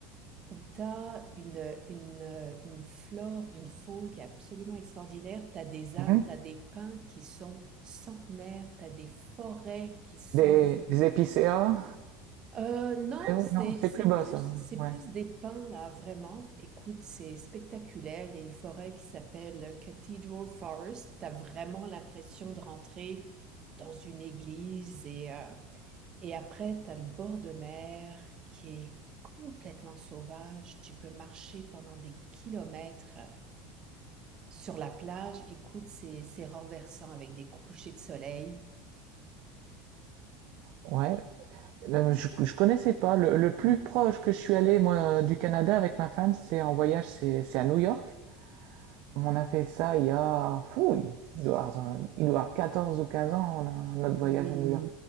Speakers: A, on the right; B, on the right.
A: où tu as une, une, euh, une flore, une faune qui est absolument extraordinaire. Tu as des arbres,
B: mhm.
A: tu as des pins qui sont centenaires, tu as des forêts qui sont...
B: Des, des épicéas?
A: Euh, non,
B: Eh oui,
A: c'est,
B: non, c'est
A: c'est
B: plus bas
A: plus,
B: ça.
A: c'est
B: Ouais.
A: plus des pins, là, vraiment. Écoute, c'est spectaculaire. Il y a une forêt qui s'appelle Cathedral Forest. Tu as vraiment l'impression de rentrer dans une église et... euh, et après, tu as le bord de mer qui est complètement sauvage. Tu peux marcher pendant des kilomètres sur la plage. Écoute, c'est, c'est renversant avec des couchers de soleil.
B: Ouais. Euh, je, je connaissais pas. Le, le plus proche que je suis allé, moi, du Canada avec ma femme, c'est en voyage, c'est c'est à New York. On a fait ça il y a, fou, il doit avoir, il doit avoir 14 ou 15 ans, on a- notre voyage à New York.